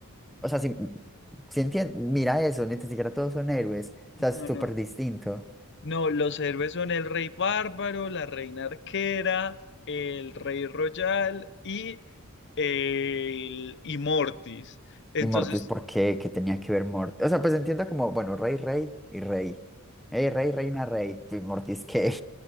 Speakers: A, in the centre; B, on the left (about 55°).
A: o sea, si, si entien- mira eso, ni tan siquiera todos son héroes, o sea, es
B: no,
A: súper
B: no.
A: distinto.
B: No, los héroes son el rey bárbaro, la reina arquera, el rey royal y el y Mortis. Entonces,
A: Y Mortis, ¿por qué? ¿Qué tenía que ver Mortis? O sea, pues entiendo como, bueno, rey, rey y rey. Hey, rey, reina, rey. ¿Y Mortis qué?